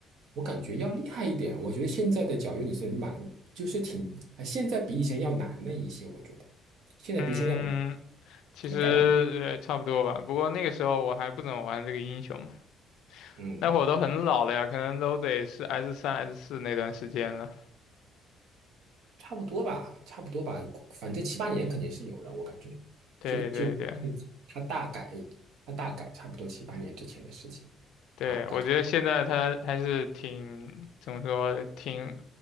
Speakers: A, on the right (about 65°); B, on the left (about 70°).
A: 我感觉要厉害一点。我觉得现在的脚月女生蛮，就是挺，啊现在比以前要难了一些。我觉得现在比以前要
B: 嗯。其实呃差不多吧，
A: 要改版，
B: 不过那个时候我还不怎么玩这个英雄嘛，
A: 嗯，
B: 那会儿都很老了呀，可能都得是 S 三 S 四那段时间了。
A: 差不多吧，差不多吧，反正七八年肯定是有了，我感觉，
B: 对对对
A: 就就就他大改，他大改，差不多七八年之前的事情
B: 对，
A: 啊，大概
B: 我觉得现在他还是挺怎么说，挺